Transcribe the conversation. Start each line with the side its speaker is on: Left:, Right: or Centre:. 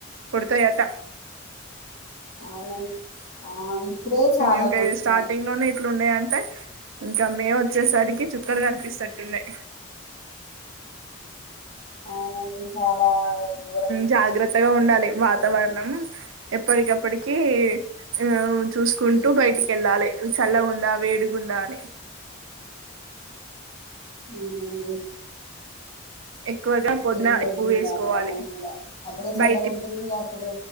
Right: కొడతాయట
Left: అవును ఆ ఇప్పుడే చాలా
Right: ఇంకా
Left: కొడుతున్నాయి
Right: స్టార్టింగ్ లోనే ఇట్లు ఉన్నాయి అంటే ఇంకా మే వచ్చేసరికి చుక్కలు కనిపిస్తుట్టున్నాయి
Left: అవునండి చాలా ఘోరంగా ఉండట్టుంది
Right: జాగ్రత్తగా
Left: ఎండలు
Right: ఉండాలి వాతావరు మనం ఎప్పటికప్పటికి ఆ చూసుకుంటూ
Left: ఛీ
Right: బయటికి వెళ్ళాలి చల్ల ఉందా వేడుగు ఉందా అని
Left: అవునండి
Right: ఎక్కువగా పొద్దున
Left: చేంజ్
Right: ఉప్పు
Left: అయితుంది
Right: వేసుకోవాలి
Left: వాతవరణం కూడ అప్పుడే చెల్లగుంటుంది
Right: బయటి
Left: అప్పుడ